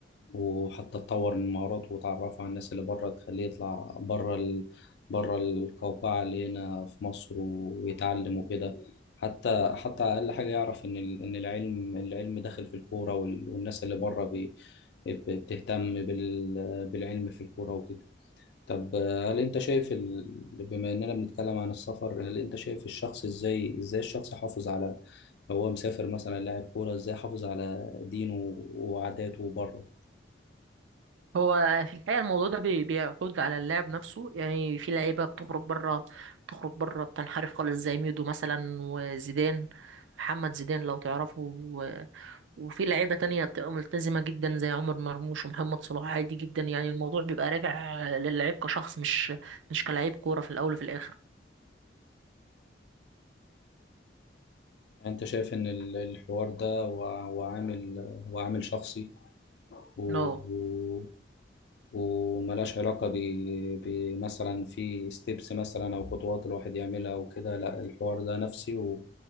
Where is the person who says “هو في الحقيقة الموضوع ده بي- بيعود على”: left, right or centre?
Right